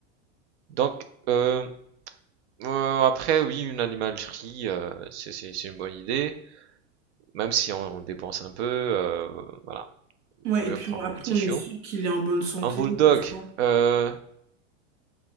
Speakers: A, on the right (about 65°); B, on the right (about 45°).
A: Donc, euh, Heu, après oui, une animalerie, heu, c'est c'est c'est une bonne idée, même si on on dépense un peu, heu, voilà,
B: Ouais,
A: il vaut mieux
B: et puis
A: prendre
B: on- après
A: un petit
B: on
A: chiot.
B: est sûr qu'il est en bonne santé,
A: Un bulldog,
B: tout ça.
A: heu,